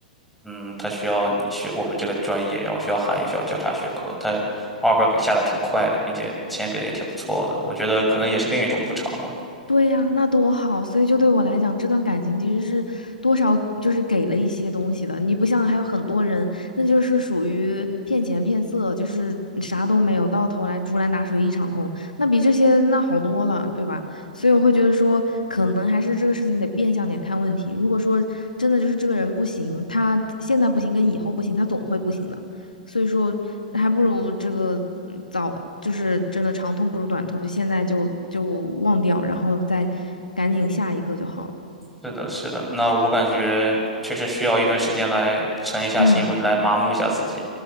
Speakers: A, in the centre; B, on the left.
A: 嗯，他需要你学我们这个专业，然后需要韩语，需要交叉学科。他 offer 给下的挺快的，并且钱给的也挺不错的。我觉得可能也是另一种补偿吧。
B: 对呀，那多好。所以就对我来讲，这段感情其实是多少就是给了一些东西的。你不像还有很多人，那就是属于骗钱骗色，就是啥都没有，到头来竹篮打水一场空。那比这些那好多了，对吧？所以我会觉得说，可能还是这个事情得变相点看问题。如果说真的就是这个人不行，他现在不行跟以后不行，他总会不行的。所以说还不如这个嗯早就是真的长痛不如短痛，就现在就就忘掉，然后再赶紧下一个就好了。
A: 是的，是的。那我感觉确实需要一段时间来沉一下心，
B: 嗯，
A: 或者来麻木一下自己。